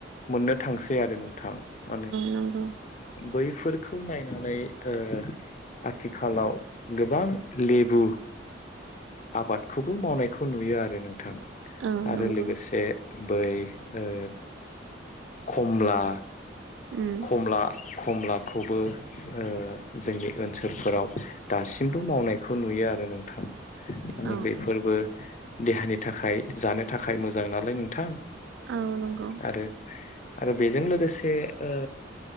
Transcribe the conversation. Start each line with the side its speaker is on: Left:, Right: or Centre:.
Left: मोननो थांसै आरो नोंथां। माने
Right: नंगौ
Left: बैफोरखौ नायनानै ओ आथिखालाव गोबां लेबु आबादखौबो मावनायखौ नुयो आरो नोंथां
Right: औ
Left: आरो
Right: नंगौ
Left: लोगोसे बै ओ खमला
Right: उम
Left: खमला-खमलाखौबो ओ जोंनि ओनसोलफोराव दासिमबो मावनायखौ नुयो आरो नोंथां माने
Right: औ
Left: बेफोरबो देहानि थाखाय जानो थाखाय मोजां नालाय नोंथां
Right: औ नंगौ
Left: आरो आरो बेजों लोगोसे ओ